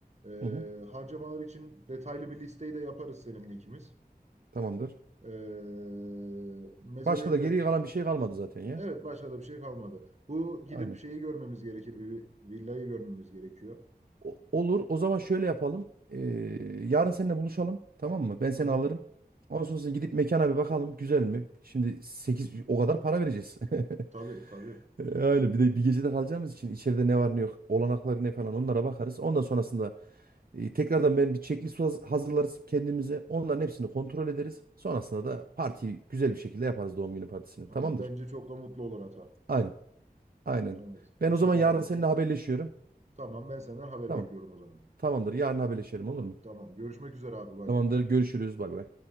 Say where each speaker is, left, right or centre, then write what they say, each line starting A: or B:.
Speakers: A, on the right; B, on the right.
A: Ee,
B: hı hı.
A: harcamalar için detaylı bir listeyi de yaparız seninle ikimiz.
B: Tamamdır.
A: Ee, mezeleri
B: Başka da geriye
A: de...
B: kalan bir şey kalmadı zaten ya.
A: Evet başka da bir şey kalmadı. Bu gidip
B: Aynen.
A: şeyi görmemiz gerekir. Bir villayı görmemiz gerekiyor.
B: O- olur. O zaman şöyle yapalım. Ee, yarın seninle buluşalım. Tamam mı? Ben seni
A: Hı hı.
B: alırım. Ondan sonra gidip mekana bir bakalım. Güzel mi? Şimdi 8 o kadar para vereceğiz. <laughs>
A: Tabii tabii.
B: E, Öyle bir de bir gecede kalacağımız için içeride ne var ne yok olanakları ne falan onlara bakarız. Ondan sonrasında e, tekrardan ben bir checklist haz- hazırlarız kendimize. Onların hepsini kontrol ederiz. Sonrasında da partiyi güzel bir şekilde yaparız doğum günü partisini.
A: Evet,
B: Tamamdır.
A: bence çok da mutlu olur hata.
B: Aynen. Aynen.
A: Evet
B: Ben
A: bu
B: o
A: şekilde
B: zaman yarın
A: olması.
B: seninle haberleşiyorum.
A: Tamam ben senden haber
B: Tamam.
A: bekliyorum o zaman.
B: Tamamdır. Yarın haberleşelim olur mu?
A: Tamam görüşmek üzere abi bay
B: Tamamdır.
A: bay.
B: Görüşürüz. Bay bay.